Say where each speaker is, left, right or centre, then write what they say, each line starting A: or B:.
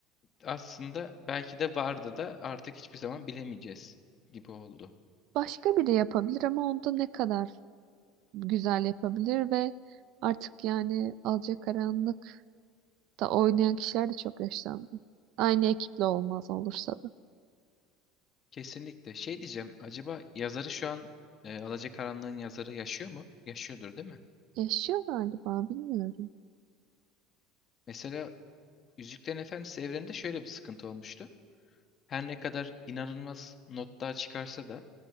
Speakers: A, on the left (about 30°); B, on the right (about 55°).
A: aslında belki de vardı da artık hiçbir zaman bilemeyeceğiz gibi oldu.
B: Başka biri yapabilir ama onda ne kadar güzel yapabilir ve artık yani Alacakaranlık'ta oynayan kişiler de çok yaşlandı. Aynı ekiple olmaz olursa da.
A: Kesinlikle. Şey diyeceğim, acaba yazarı şu an e, Alacakaranlığın yazarı yaşıyor mu? Yaşıyordur değil mi?
B: Yaşıyor galiba bilmiyorum.
A: Mesela Yüzüklerin Efendisi evreninde şöyle bir sıkıntı olmuştu. Her ne kadar inanılmaz notlar çıkarsa da